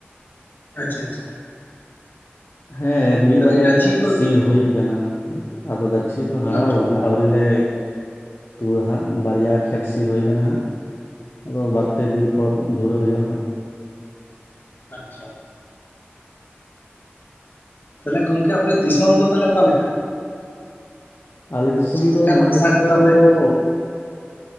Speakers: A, on the left; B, on the left.
A: ᱟᱪᱪᱷᱟ ᱟᱪᱪᱷᱟ᱾
B: ᱦᱮᱸ ᱢᱤᱫ
A: ᱛᱟᱦᱚᱞᱮ
B: ᱵᱟᱨᱭᱟ
A: ᱜᱟᱹᱪᱷᱤ
B: ᱠᱷᱮᱛ
A: ᱠᱚ
B: ᱥᱤ ᱦᱩᱭ ᱠᱟᱱᱟ, ᱟᱫᱚ ᱜᱟᱹᱪᱷᱤ ᱫᱚ ᱦᱟᱨᱟᱣ
A: ᱟᱪᱪᱷᱟ
B: ᱠᱟᱱᱟ᱾ ᱟᱹᱣᱨᱤᱞᱮ ᱛᱩᱫᱟ ᱦᱟᱸᱜ ᱵᱟᱨᱭᱟ ᱠᱷᱮᱛ ᱥᱤ ᱦᱩᱭ ᱠᱟᱱᱟ ᱦᱟᱸᱜ᱾ ᱟᱫᱚ ᱵᱟᱨ ᱯᱮ ᱫᱤᱱ ᱯᱚᱨ ᱫᱷᱩᱨᱟᱹᱣ ᱦᱩᱭᱩᱜᱼᱟ ᱦᱟᱸᱜ᱾
A: ᱟᱪᱪᱷᱟ᱾ ᱛᱟᱦᱚᱞᱮ ᱜᱚᱝᱠᱮ ᱟᱯᱮ ᱫᱤᱥᱚᱢ ᱫᱚ ᱛᱟᱦᱚᱞᱮ ᱚᱠᱟ ᱞᱮᱠᱟ?
B: ᱟᱞᱮ ᱫᱤᱥᱚᱢ
A: ᱪᱮᱫ
B: ᱫᱚ
A: ᱞᱮᱠᱟᱱ
B: ᱱᱚᱸᱰᱮ
A: ᱦᱟᱥᱟ ᱠᱚ
B: ᱫᱚ
A: ᱛᱟᱯᱮ